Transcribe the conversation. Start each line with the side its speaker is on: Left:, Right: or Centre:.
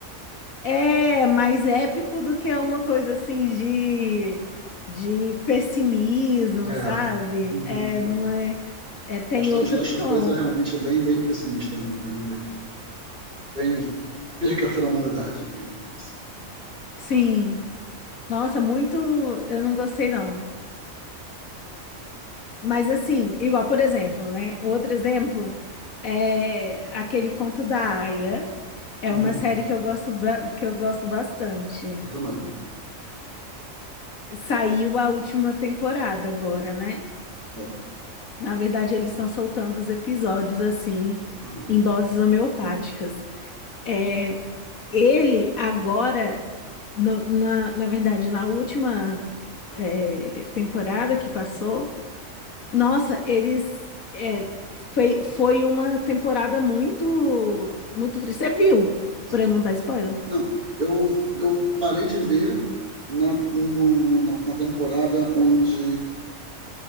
Left: É mais épico do que é uma coisa assim de, de pessimismo,
Right: É.
Left: sabe?
Right: Uhum,
Left: É,
Right: é.
Left: não é, é, tem
Right: A história
Left: outro
Right: de Last
Left: tom.
Right: of Us é realmente bem, bem pessimista mesmo, bem, bem, bem perca a fé da humanidade, bem, bem isso.
Left: Sim. Nossa, muito eu não gostei não. Mas assim, igual, por exemplo, né? Outro exemplo é aquele Conto da Aia. É
Right: Uhum,
Left: uma série que eu gosto, ba- que eu gosto bastante.
Right: eu também.
Left: Saiu a última temporada agora, né?
Right: É.
Left: Na verdade, eles estão soltando os episódios assim,
Right: Aham,
Left: em doses homeopáticas. É, ele agora, no- na, na verdade, na última é, temporada que passou, nossa, eles é, foi, foi uma temporada muito, muito triste. Você viu,
Right: sim.
Left: para não dar spoiler,
Right: Não, eu, eu parei de ver na, no- na, na temporada onde